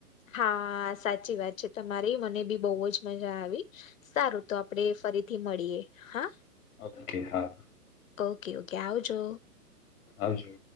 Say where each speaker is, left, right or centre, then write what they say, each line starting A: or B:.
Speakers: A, on the left; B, on the left.
A: હા, સાચી વાત છે તમારી. મને પણ બહુ જ મજા આવી. સારું, તો આપણે ફરીથી મળીએ. હા.
B: ઓકે, હા.
A: Okay, okay. આવજો.
B: આવજો.